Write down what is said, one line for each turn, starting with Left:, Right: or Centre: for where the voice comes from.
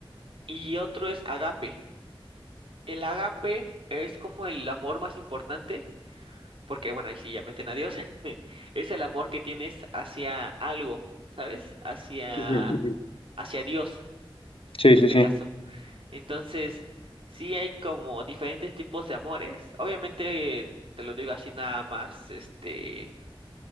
Right: Y otro es agape. El agape es como el amor más importante, porque bueno, ahí sí ya meten a Dios, <laughs> es el amor que tienes hacia algo, ¿sabes? Hacia,
Left: Ujú, ujú.
Right: hacia Dios,
Left: Sí,
Right: en este
Left: sí, sí.
Right: caso. Entonces, sí hay como diferentes tipos de amores. Obviamente, te lo digo así nada más, este,